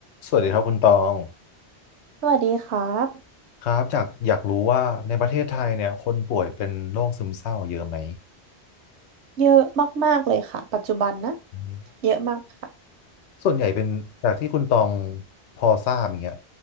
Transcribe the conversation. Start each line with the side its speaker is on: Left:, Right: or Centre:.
Left: สวัสดีครับคุณตอง
Right: สวัสดีครับ
Left: ครับจากอยากรู้ว่าในประเทศไทยเนี่ยคนป่วยเป็นโรคซึมเศร้าเยอะไหม
Right: เยอะมากๆเลยค่ะปัจจุบันนะ
Left: อืม
Right: เยอะมากค่ะ
Left: ส่วนใหญ่เป็นจากที่คุณตองพอทราบอย่างเงี้ย